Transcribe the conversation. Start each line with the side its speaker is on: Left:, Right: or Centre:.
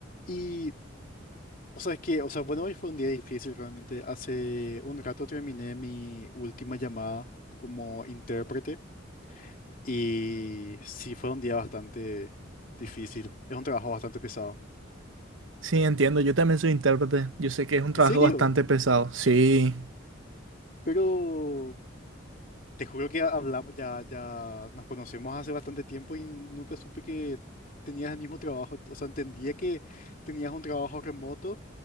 Left: Y, o sea, es que, o sea, bueno, hoy fue un día difícil realmente. Hace un rato terminé mi última llamada como intérprete y sí fue un día bastante difícil. Es un trabajo bastante pesado.
Right: Sí, entiendo, yo también soy intérprete, yo sé que es un trabajo
Left: ¿En serio?
Right: bastante pesado. Sí,
Left: Pero te juro que hablamos, ya, ya nos conocemos hace bastante tiempo y nunca supe que tenías el mismo trabajo. O sea, entendía que tenías un trabajo remoto,